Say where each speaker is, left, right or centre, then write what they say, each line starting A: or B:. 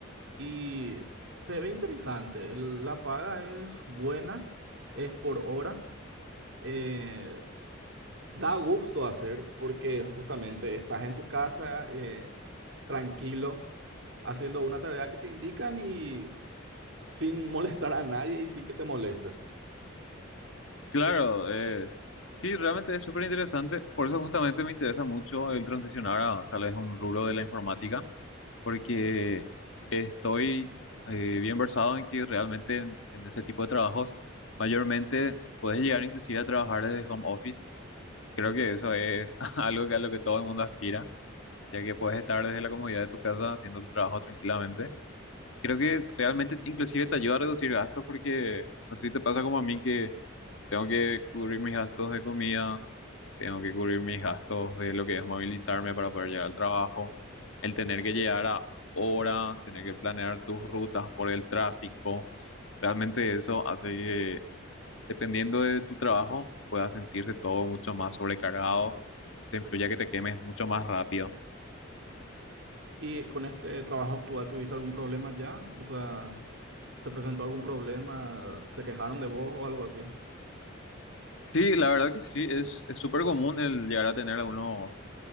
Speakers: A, on the right; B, on the left.
A: Y se ve interesante. el- La paga es buena, es por hora. eh, da gusto hacer porque justamente estás en tu casa eh, tranquilo, haciendo una tarea que te indican y sin molestar a nadie y sin que te molesten.
B: Claro, es, sí, realmente es súper interesante. Por eso justamente me interesa mucho el transicionar a tal vez un rubro de la informática porque estoy eh, bien versado en que realmente en, en ese tipo de trabajos mayormente puedes llegar inclusive a trabajar desde home office. Creo que eso es <laughs> algo que a lo que todo el mundo aspira, ya que puedes estar desde la comodidad de tu casa haciendo tu trabajo tranquilamente. Y creo que realmente inclusive te ayuda a reducir gastos porque no sé si te pasa como a mí que tengo que cubrir mis gastos de comida tengo que cubrir mis gastos de lo que es movilizarme para poder llegar al trabajo, el tener
A: Sí,
B: que
A: sí.
B: llegar a hora, tener que planear tus rutas por el tráfico. Realmente eso hace que, dependiendo de tu trabajo, puedas sentirse todo mucho más sobrecargado y se influye a que te quemes mucho más rápido.
A: ¿Y con este trabajo actual tuviste algún problema ya? O sea, ¿se presentó algún problema? ¿Se quejaron de vos o algo así?
B: Sí, la verdad que sí, es es súper común el llegar a tener algunos